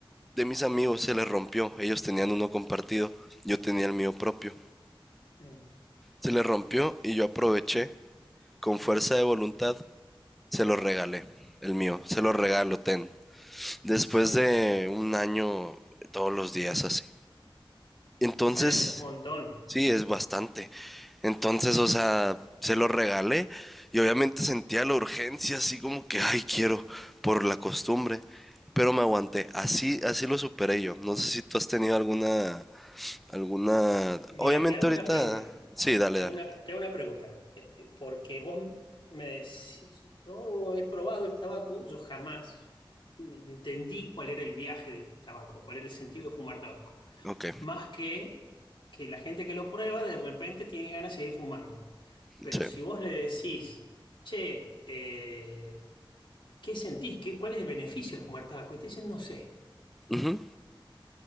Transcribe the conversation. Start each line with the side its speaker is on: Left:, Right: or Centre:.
Centre: de mis amigos se les rompió. Ellos tenían uno compartido, yo tenía el mío propio.
Left: Sí.
Centre: Se les rompió y yo aproveché, con fuerza de voluntad, se lo regalé, el mío, se lo regalo, ten. Después
Left: Sí.
Centre: de un año, todos los días así. Entonces,
Left: Un año es un montón.
Centre: Sí, es bastante. Entonces,
Left: Sí.
Centre: o sea, se lo regalé y obviamente sentía la urgencia, así como que, ay, quiero, por la costumbre. Pero me aguanté. Así, así lo superé yo. No sé si tú has tenido alguna, alguna...
Left: Mira,
Centre: Obviamente
Left: te hago
Centre: ahorita...
Left: una pregunta.
Centre: Sí, dale,
Left: Te
Centre: dale.
Left: hago una, te hago una pregunta, Eh, eh, porque vos me decís, yo he probado el tabaco, yo jamás entendí cuál era el viaje del tabaco, cuál era el sentido de fumar tabaco,
Centre: Ok.
Left: más que que la gente que lo prueba de repente tiene ganas de seguir fumando. Pero
Centre: Sí.
Left: si vos le decís, che, eh, ¿qué sentís? ¿Qué, cuál es el beneficio de fumar tabaco? Y te dicen, no sé.
Centre: Ujú.